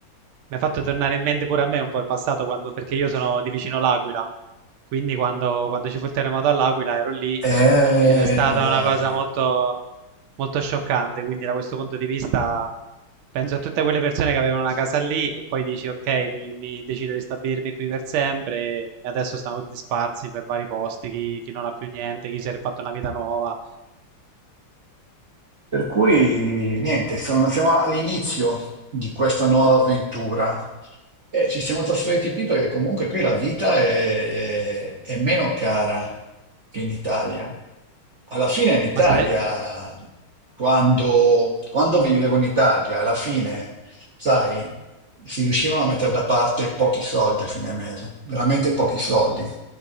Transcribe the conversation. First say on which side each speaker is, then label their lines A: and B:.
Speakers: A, on the right; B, on the right.
A: mi ha fatto tornare in mente pure a me un po' il passato, quando- perché io sono di vicino l'Aquila, quindi quando, quando ci fu il terremoto all'Aquila ero lì
B: Eh,
A: ed è stata
B: ma dai.
A: una cosa molto, molto scioccante, quindi da questo punto di vista penso a tutte quelle persone che avevano una casa lì e poi dici ok, mi, mi decido di stabilirmi qui per sempre e adesso stanno tutti sparsi per vari posti, chi, chi non ha più niente, chi si è fatto una vita nuova,
B: Per cui niente, sono- siamo all'inizio di questa nuova avventura. E ci siamo trasferiti qui perché comunque qui la vita è, è meno cara che in Italia. Alla fine in Italia,
A: ma, siete...
B: quando, quando vivevo in Italia, alla fine, sai, si riuscivano a mettere da parte pochi soldi a fine mese, veramente pochi soldi.